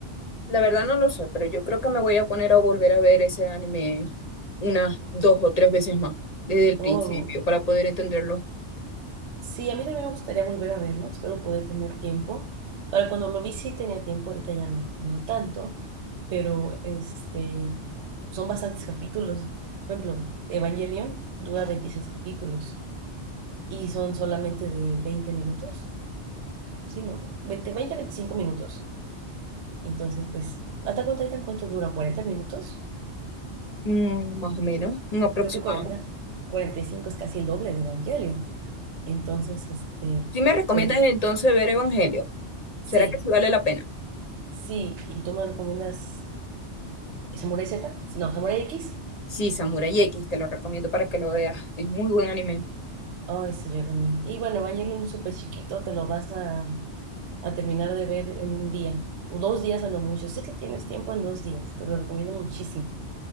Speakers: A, on the left; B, on the right.
A: La verdad no lo sé, pero yo creo que me voy a poner a volver a ver ese anime unas dos o tres veces más desde el
B: Oh,
A: principio para poder entenderlo.
B: Sí, a mí también me gustaría volver a verlo, espero poder tener tiempo. Para cuando lo vi sí tenía tiempo, ahorita ya no, no tanto, pero este, son bastantes capítulos. Por ejemplo, Evangelion dura 26 capítulos y son solamente de 20 minutos, sí, ¿no? 20 20, 25 minutos. Entonces, pues, ¿Attack on Titan cuánto dura? cuarenta minutos?
A: Mm, más o menos, un aproximado.
B: Creo que cuarenta cuarenta y cinco es casi el doble de Evangelion. Entonces, este,
A: Si me recomiendas
B: pues,
A: entonces ver Evangelio, ¿será
B: sí,
A: que sí vale la pena?
B: sí, y tú me recomiendas ¿Samurai Z? No, Samurai X.
A: Sí, Samurai X, te lo recomiendo para que lo veas. Es muy buen anime.
B: Ay, sí, yo también. Y bueno, Evangelion es súper chiquito, te lo vas a, a terminar de ver en un día, o dos días a lo mucho. Sé que tienes tiempo en dos días, te lo recomiendo muchísimo.